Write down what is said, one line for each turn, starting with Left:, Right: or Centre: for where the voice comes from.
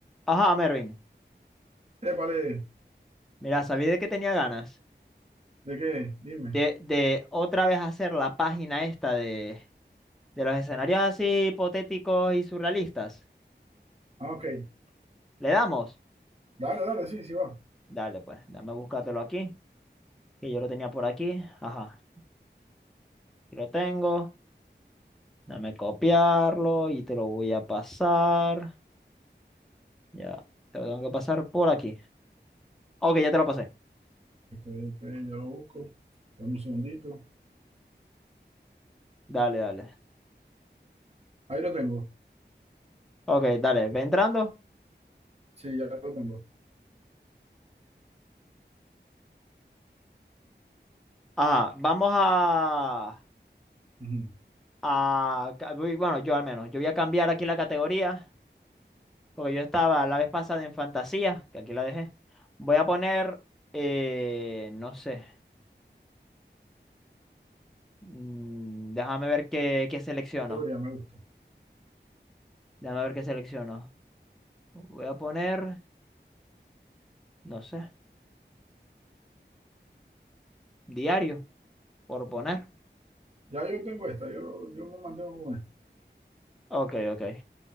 Centre: Ajá, Mervin.
Right: Épale,
Centre: Mira, sabí de que tenía ganas
Right: ¿de qué? Dime.
Centre: de, de otra vez hacer la página esta de, de los escenarios así hipotéticos y surrealistas.
Right: Ah, ok.
Centre: ¿Le damos?
Right: Dale, dale, sí, sí va.
Centre: Dale, pues, dame buscártelo aquí, que yo lo tenía por aquí. Ajá, aquí lo tengo. Dame copiarlo y te lo voy a pasar. Ya, te lo tengo que pasar por aquí. Ok, ya te lo pasé.
Right: Ok, ok, ya lo busco. Dame un segundito.
Centre: Dale, dale.
Right: Ahí lo tengo.
Centre: Ok, dale, ve entrando.
Right: Sí, ya lo tengo.
Centre: Ajá, vamos a...
Right: Ujú.
Centre: a... ca- uy, Bueno, yo al menos. Yo voy a cambiar aquí la categoría. Porque yo estaba la vez pasada en fantasía, que aquí la dejé. Voy a poner, eh, no sé. mm, déjame ver qué, qué selecciono.
Right: Teoría, me gusta.
Centre: Déjame ver qué selecciono. Voy a poner, no sé, diario, por poner.
Right: Ya yo tengo esta, yo, yo me mantengo con esta.
Centre: Ok, ok.